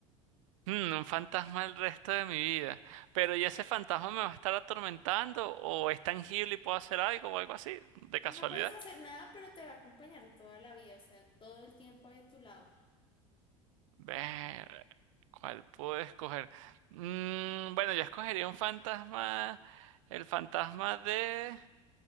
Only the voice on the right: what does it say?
Mm, un fantasma el resto de mi vida. Pero ¿y ese fantasma me va a estar atormentando? ¿O es tangible y puedo hacer algo o algo así? ¿De
casualidad?
Ver, ¿cuál puedo escoger? Mm, bueno, yo escogería un fantasma, el fantasma de,